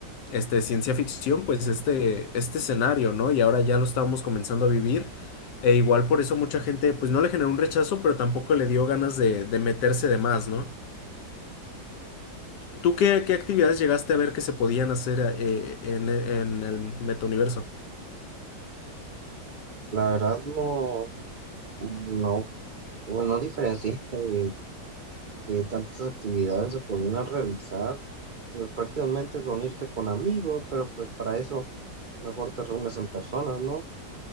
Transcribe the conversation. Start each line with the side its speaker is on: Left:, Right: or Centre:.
Left: este, ciencia ficción, pues este, este escenario, ¿no? Y ahora ya lo estábamos comenzando a vivir. E igual por eso mucha gente, pues no le generó un rechazo, pero tampoco le dio ganas de, de meterse de más, ¿no? ¿Tú qué, qué actividades llegaste a ver que se podían hacer eh, en, en el metauniverso?
Right: La verdad no, no, bueno, no diferencié <laughs> que tantas actividades se podían realizar, pues prácticamente reunirte con amigos, pero pues para eso mejor te reúnes en persona, ¿no?